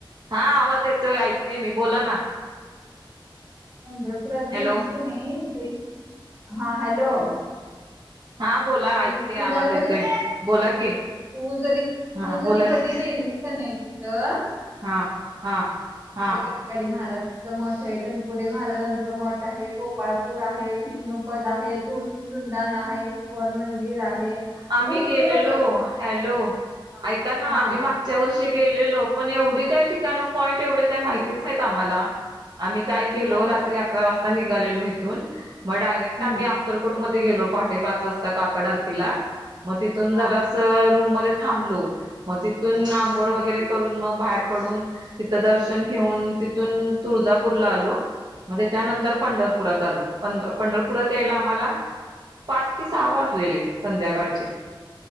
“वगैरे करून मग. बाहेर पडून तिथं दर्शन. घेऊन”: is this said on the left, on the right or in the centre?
Right